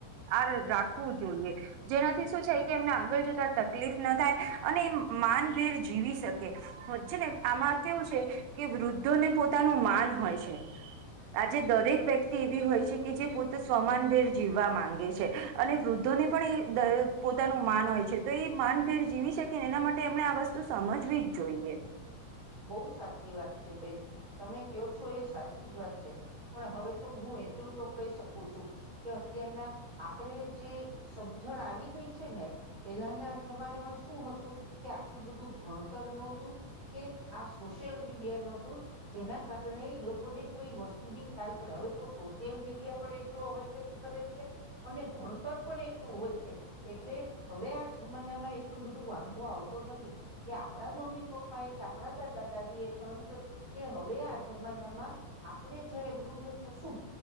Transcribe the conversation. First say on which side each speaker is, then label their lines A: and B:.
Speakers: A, on the right; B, on the right.
A: આ રાખવું જોઈએ જેનાથી શું છે કે એમને આગળ જતા તકલીફ ના થાય અને એ માનવીર જીવી શકે છે ને આમાં કેવું છે કે વૃદ્ધોને પોતાનું માન હોય છે આજે દરેક વ્યક્તિ એવી હોય છે કે જે પોતે સ્વમાનભેર જીવવા માંગે છે અને વૃદ્ધોને પણ એ પોતાનું માન હોય છે તો એ માનભેર જીવી શકે ને એના માટે એમણે આ વસ્તુ સમજવી જ જોઈએ
B: બહુ સાચી વાત છે બેન તમે કહો છો એ સાચી જ વાત છે પણ હવે તો હું એટલું તો કહી શકું છું કે અત્યારના આપણે જે સમજણ આવી ગઈ છે ને પેલાના જમાનામાં શું હતું કે આટલું બધું ભણતર નહોતું કે આ સોશિયલ મીડિયા ન હતું જેના કારણે એ લોકોને કોઈ વસ્તુની ખ્યાલ પડે હવે તો સોશિયલ મીડિયા પણ એટલું અવેરને કરે છે અને ભણતર પણ એટલું હોય છે એટલે હવે આ જમાનામાં એટલું બધું વાંધો આવતો નથી જે આપણા મમ્મી પપ્પા એક આપડા દાદા દાદી એ સહન કર્યું કે હવે આ જમાનામાં આપણે જયારે વૃદ્ધ થશું